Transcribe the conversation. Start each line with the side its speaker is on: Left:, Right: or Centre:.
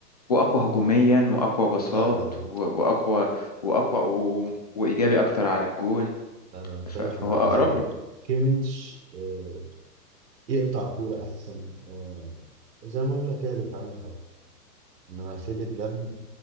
Left: واقوى هجوميا واقوى بساط
Right: لا لا لا
Left: و- واقوى واقوى و... وايجابي اكتر على الجون
Right: انا مختلف
Left: ف... فهو
Right: معاك
Left: اقرب
Right: هو
Left: له
Right: كيميتش آه، يقطع كوره احسن آه، زي ما اقول لك كده دفاعيا انما فيليب لام